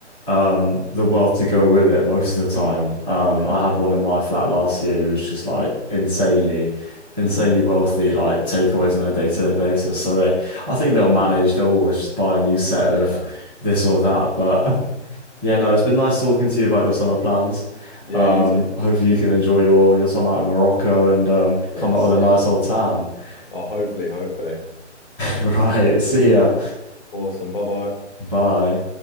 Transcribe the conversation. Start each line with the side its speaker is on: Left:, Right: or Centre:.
Centre: um, the world to go with it most of the time.
Left: mm,
Centre: Um,
Left: yeah,
Centre: I had one in my flat last year who was just like insanely, insanely
Left: mm,
Centre: wealthy, like takeaways on a day-to-day basis. So they, I think they'll manage.
Left: mm,
Centre: They'll always just buy a new set of
Left: yeah,
Centre: this or that. But <laughs> yeah, no, it's been nice talking to you about your summer plans.
Left: yeah.
Centre: Um,
Left: You too.
Centre: hopefully you can enjoy your your time out in Morocco and um,
Left: Yes,
Centre: come back with a nice
Left: yeah.
Centre: old tan. <laughs>
Left: Oh, hopefully, hopefully.
Centre: Right. See ya.
Left: Awesome. Bye bye.
Centre: Bye.